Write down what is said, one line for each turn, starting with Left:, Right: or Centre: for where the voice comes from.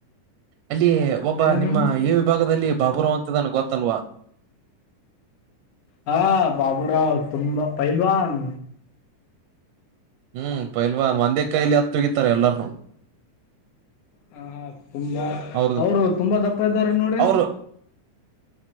Right: ಅಲ್ಲಿ ಒಬ್ಬ
Left: ಏನು
Right: ನಿಮ್ಮ ಈ ವಿಭಾಗದಲ್ಲಿ ಬಾಬು ಅಂತ. ಎಷ್ಟಿದ್ದಾನೆ ಗೊತ್ತಲ್ವಾ.
Left: ಹಾ ಬಬುರಾವ. ತುಂಬ ಪೈಲ್ವಾನ್.
Right: ಹ್ಮ್ ಪೈಲ್ವಾನ್. ಒಂದೇ ಕೈಯಲ್ಲಿ ಹತ್ ತಗಿತಾರೆ ಎಲ್ಲನು.
Left: ಹ ಹಾ ತುಂಬಾ
Right: ಅವ್ರದು
Left: ಅವರು ತುಂಬಾ ದಪ್ಪ ಇದ್ದಾರೆ ನೋಡ್ರಿ.
Right: ಅವ್ರು